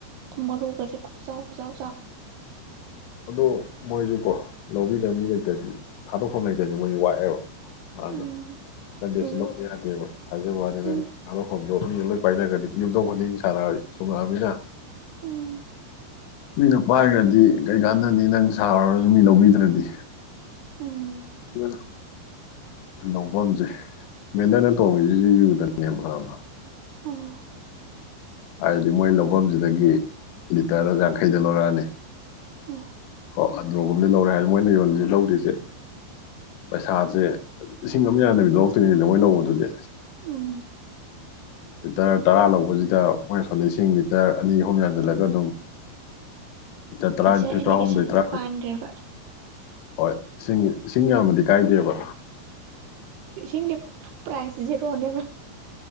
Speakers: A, on the right; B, on the left.
A: ꯃꯔꯨꯒꯁꯦ ꯈꯨꯆꯥꯎ ꯈꯨꯆꯥꯎ
B: ꯑꯗꯨ ꯃꯣꯏꯁꯨ ꯀꯣ ꯂꯧꯕꯤ ꯂꯝꯕꯤ ꯂꯩꯇꯗꯤ ꯊꯥꯗꯣꯛꯐꯝ ꯂꯩꯇꯗꯤ ꯃꯣꯏ ꯋꯥꯠꯑꯦꯕ ꯑꯅ
A: ꯎꯝ
B: ꯀꯟꯗꯧꯕ
A: ꯎꯝ
B: ꯌꯥꯗꯦꯕ ꯍꯥꯏꯖꯕꯅꯤ ꯅꯪ
A: ꯎꯝ
B: ꯑꯗꯣ ꯃꯤ ꯂꯣꯏ ꯄꯥꯏꯅꯈ꯭ꯔꯗꯤ ꯌꯨꯝꯊꯣꯡ ꯈꯨꯗꯤꯡꯒꯤ ꯁꯥꯥꯟꯔ ꯁꯨꯡꯉꯛꯑꯃꯤꯅ
A: ꯎꯝ
B: ꯃꯤꯅ ꯄꯥꯏꯈ꯭ꯔꯗꯤ ꯀꯩꯀꯥꯟꯗꯅꯤ ꯅꯪ ꯁꯥꯔꯨꯔꯁꯨ ꯃꯤ ꯂꯧꯕꯤꯗ꯭ꯔꯗꯤ
A: ꯑꯣ
B: ꯑꯗꯨꯅ ꯂꯧꯐꯝꯁꯦ ꯃꯦꯟꯗꯅ ꯇꯣꯡꯉꯤꯁꯤꯁꯨ ꯌꯨꯗꯅꯦꯕꯕ
A: ꯑꯣ
B: ꯍꯥꯏꯗꯤ ꯃꯣꯏ ꯂꯧꯐꯝꯁꯤꯗꯒꯤ ꯂꯤꯇꯔ ꯌꯥꯡꯈꯩꯗ ꯂꯧꯔꯛꯑꯅꯤ
A: ꯑꯣ
B: ꯑꯣ ꯑꯗꯨꯣꯕꯝꯗꯤ ꯂꯧꯔꯦ ꯍꯥꯏ ꯃꯣꯏꯅ ꯌꯣꯟꯜꯂꯤꯁꯤ ꯂꯧꯗ꯭ꯔꯤꯁꯦ ꯄꯩꯁꯥꯁꯦ ꯏꯁꯤꯡ ꯑꯃ ꯌꯥꯗꯕꯤ ꯂꯧꯔꯛꯇꯣꯏꯅꯤꯁꯤꯗ ꯃꯣꯏ ꯂꯧꯕ ꯑꯗꯨꯗꯤ
A: ꯎꯝ
B: ꯂꯤꯇꯔ ꯇꯔꯥ ꯂꯧꯕꯁꯤꯗ ꯃꯣꯏꯅ ꯁꯣꯝꯗ ꯂꯤꯁꯤꯡ ꯂꯤꯇꯔ ꯑꯅꯤ ꯑꯍꯨꯝ ꯌꯥꯟꯁꯤꯜꯂꯒ ꯑꯗꯨꯝ ꯂꯤꯇꯔ ꯇꯔꯥꯅꯤꯊꯣꯏ
A: ꯃꯤꯛꯆꯔ ꯑꯦꯄꯂꯤꯀꯦꯁꯟꯗꯨꯗ
B: ꯇꯔꯥꯍꯨꯝꯗꯣꯏ ꯇꯔꯥꯃꯔꯤ
A: ꯄꯥꯟꯈ꯭ꯔꯦꯕ
B: ꯍꯣꯏ ꯏꯁꯤꯡ ꯏꯁꯤꯡ ꯌꯥꯝꯃꯗꯤ ꯀꯥꯏꯗꯦꯕ
A: ꯁꯤ ꯄ꯭ꯔꯥꯏꯁꯀꯣꯅꯦꯕ